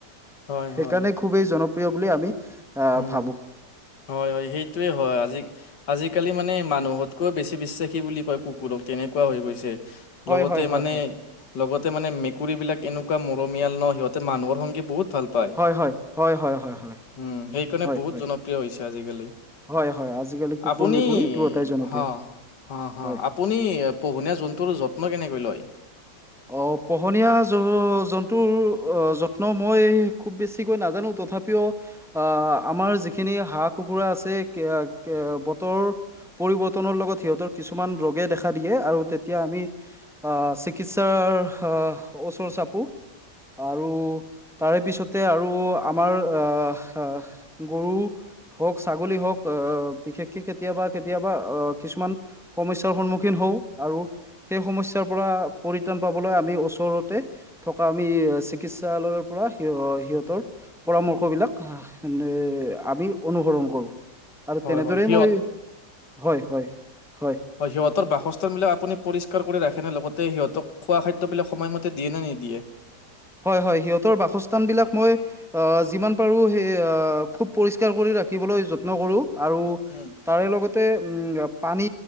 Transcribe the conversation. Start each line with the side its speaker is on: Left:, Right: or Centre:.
Left: হয়
Centre: সেইকাৰণে
Left: হয়
Centre: খুবেই জনপ্ৰিয় বুলি আমি আহ
Left: উম
Centre: ভাবো।
Left: হয়, সেইটোৱে হয় আজি আজিকালি মানে মানুহতকৈ বেছি বিশ্বাসী বুলি কয় কুকুৰক তেনেকুৱা হৈ গৈছে।
Centre: হয়
Left: লগতে
Centre: হয় হয়
Left: মানে,
Centre: হয়
Left: লগতে মানে মেকুৰীবিলাক এনেকুৱা মৰমীয়াল ন সিহঁতে মানুহৰ সঙ্গে বহুত- ভাল পায়
Centre: হয়, হয়। হয়, হয়, হয়, হয়।
Left: উম সেইকাৰণে
Centre: হয়
Left: বহুত
Centre: হয়
Left: জনপ্ৰিয় হৈছে আজিকালি।
Centre: হয় হয় আজিকালি কুকুৰ
Left: আপুনি
Centre: মেকুৰী দুয়োটাই জনপ্ৰিয়
Left: হ অ', অ',
Centre: হয়
Left: আপুনি পোহনীয়া জন্তুৰ যত্ন কেনেকৈ লয়?
Centre: অ', পোহনীয়া জ-জন্তুৰ অ', যত্ ত্ন মই খুব বেছিকৈ নাজানোঁ, তথাপিও আ, আমাৰ যিখিনি হাঁহ কুকুৰা আছে <unintelligible> বতৰ পৰিৱৰ্তনৰ লগত সিহঁতৰ কিছুমান ৰোগে দেখা দিয়ে, আৰু তেতিয়া আমি আ, চিকি চিকিৎসাৰ আ, ওচৰ চাপো। আৰু তাৰে পিছতে আৰু আমাৰ আ-আহ গৰু হওঁক ছাগলী হওঁক আ, বিশেষকে কেতিয়াবা, কেতিয়াবা আ, কিছুমান সমস্যাৰ সন্মুখীন হওঁ, আৰু সেই সমস্যাৰ পৰা পৰিত্ৰাণ পাবলৈ আমি ওচৰতে থকা আমি চিকিৎসালয়ৰ পৰা সিয়-সিহঁতৰ পৰামৰ্শবিলাক <unintelligible> আমি অনুসৰণ কৰোঁ। আৰু
Left: হয়
Centre: তেনেদৰেই
Left: হয় সিহঁত
Centre: মই, হয়, হয়, হয়।
Left: হয়, সিহঁতৰ বাসস্থানবিলাক আপুনি পৰিষ্কাৰ কৰি ৰাখেনে? লগতে সিহঁতক খোৱা খাদ্যবিলাক সময়মতে দিয়ে নে নিদিয়ে?
Centre: হয়, হয়। সিহঁতৰ বাসস্থান বিলাক মই আ, যিমান পাৰোঁ সেই আ, খুব পৰিষ্কাৰ কৰি ৰাখিবলৈ যত্ন কৰোঁ। আৰু
Left: উম।
Centre: তাৰে লগতে উম, পানী